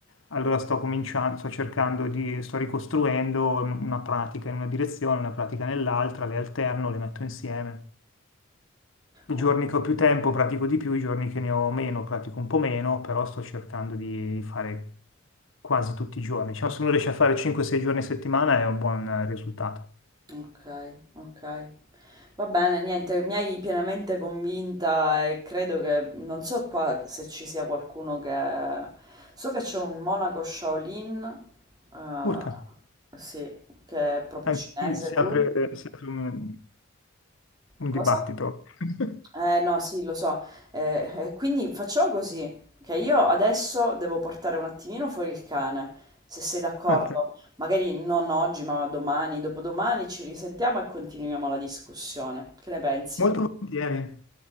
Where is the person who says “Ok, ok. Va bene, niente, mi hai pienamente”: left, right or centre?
Right